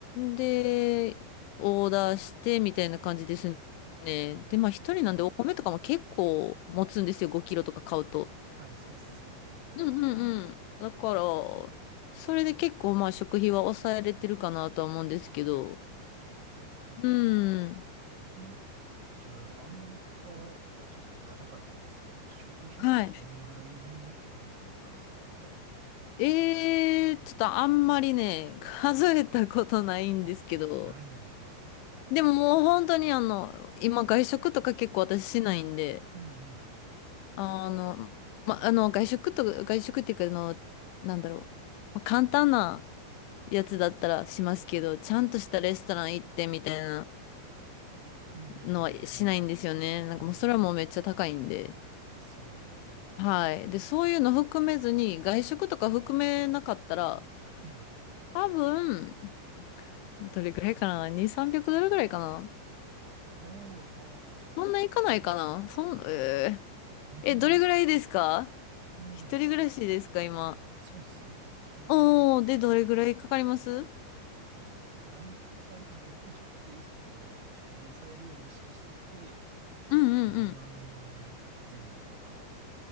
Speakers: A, on the left; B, on the right.
A: で、オーダーしてみたいな感じですね。
B: うん
A: で、まあ一人なんでお米とかも結構持つんですよ。5キロとか買うと。
B: はい、そうっすよね。うん。
A: うんうんうん。だから、それで結構まあ食費は抑えれてるかなとは思うんですけど。
B: はいはいはい。
A: うん。
B: え、じゃあないの、アメリカやったらちょっと物価高いと思うんですけど、食費ってどんぐらいになるんですかね、
A: はい。
B: 1ヶ月とかやったら。
A: ええちょっとあんまりね、数えたことないんですけど。
B: あ、ないんや、はいは
A: でももう本当にあの、今外食とか結構私しないんで。
B: い。うんうん。
A: あの、ま、あの、外食と、外食っていうか、あの、なんだろう。まあ、簡単なやつだったらしますけど、ちゃんとしたレストラン行ってみたいな
B: うんうん
A: のはしないんですよね。なんかもうそれはもうめっちゃ高いんで。
B: うんうん。うんうんうん。あ、そうなんや。
A: はい。で、そういうの含めずに、外食とか含めなかったら、
B: うん。
A: 多分、どれぐらいかな ?2、300ドルぐらいかな
B: おー、あー、まあちょっと高いか。
A: そんないかないかなそん、え
B: 日本、
A: ー、え、どれぐらいですか
B: えー、
A: 一人暮らしですか、
B: でも、
A: 今。
B: そうっすね。うん。
A: おー、で、どれぐらいかかります
B: まあ、大体、まあ僕もちょっとい、なんやろ、食費を抑えるように意識してて、
A: うんうんうん。
B: まあ2万円前後とかかな。